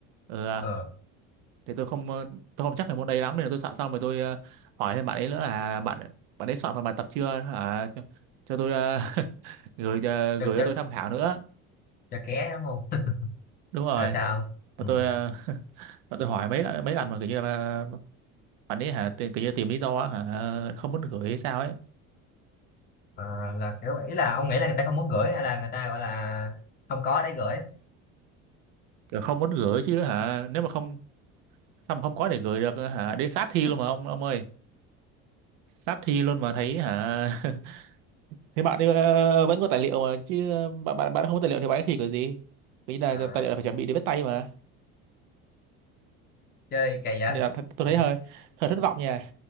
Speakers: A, on the right; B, on the left.
A: ừ, à,
B: ờ.
A: thì tôi không ờ, tôi không chắc về môn đấy lắm nên là tôi soạn xong rồi tôi ờ, hỏi thêm bạn ấy nữa là bạn bạn ấy soạn phần bài tập chưa hả cho, cho tôi ờ, <laughs> gửi cho,
B: Cho,
A: gửi
B: cho
A: cho tôi tham khảo nữa
B: cho ké đúng không <laughs>
A: đúng rồi
B: rồi sao
A: và
B: Ừ.
A: tôi ờ, <laughs> và tôi hỏi mấy lần mấy lần mà kiểu như là bạn ấy hả tìm- kiểu như tìm lý do á, hả không muốn gửi hay sao ấy
B: Ờ, là kiểu ý là ông nghĩ là người ta không muốn gửi hay là người ta gọi là không có để gửi
A: kiểu không muốn gửi chứ hả nếu mà không sao mà không có để gửi được hả đến sát thi luôn mà ông ông ơi sát thi luôn mà thấy hả <laughs> thế bạn ấy, ờ, vẫn có tài liệu mà chứ ờ, bạn bạn bạn không có tài liệu thì bạn ấy thi kiểu gì vì là
B: À.
A: tài liệu là phải chuẩn bị để viết tay mà
B: chơi kỳ vậy
A: nên là th tôi
B: Ừ.
A: thấy hơi hơi thất vọng nha